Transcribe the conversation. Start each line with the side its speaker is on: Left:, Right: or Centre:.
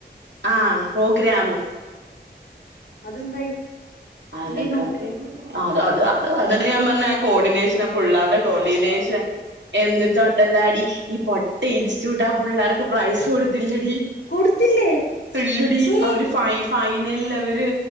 Right: ആപോഗ്രാമ്.
Left: അതെന്തായി?
Right: അതക്കക്കെഞ്.
Left: എന്തേനു
Right: അത അത്‌ അത് അതെന്നെ ഞാൻ പർഞ്ഞേ ആ കോഡിനേഷൻ പുള്ളാര്ടെ കോഡിനേഷൻ. എന്നിട്ടൊണ്ടല്ലാടി
Left: ഉം.
Right: ഈ പൊട്ട ഇൻസ്റ്റ്യൂട്ട് ആ പുള്ളേർക്ക് പ്രൈസ് കൊടുത്തില്ലടി.
Left: കൊടുത്തില്ലേ
Right: ഇല്ലടി
Left: ഛേ.
Right: അവര് ഫൈ ഫൈനല്ലവര്